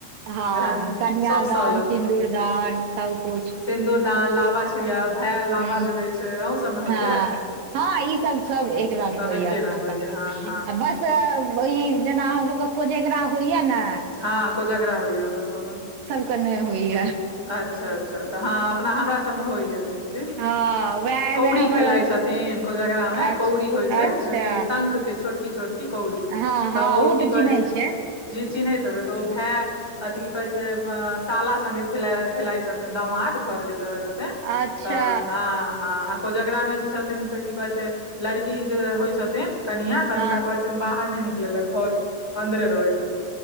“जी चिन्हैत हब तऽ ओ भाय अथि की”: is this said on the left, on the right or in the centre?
Centre